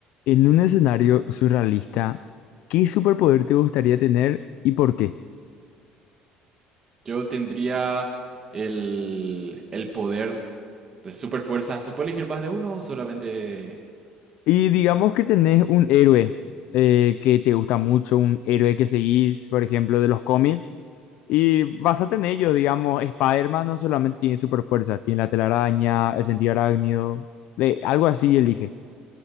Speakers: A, on the left; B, on the right.
A: En un escenario surrealista, ¿qué superpoder te gustaría tener y por qué?
B: Yo tendría el, el poder de super fuerza. ¿Se puede elegir más de uno o solamente?
A: Y digamos que tenés un héroe eh, que te gusta mucho, un héroe que seguís, por ejemplo, de los cómics, y basate en ello, digamos, Spider-Man no solamente tiene superfuerza, tiene la telaraña, el sentido arácnido, de, algo así elige.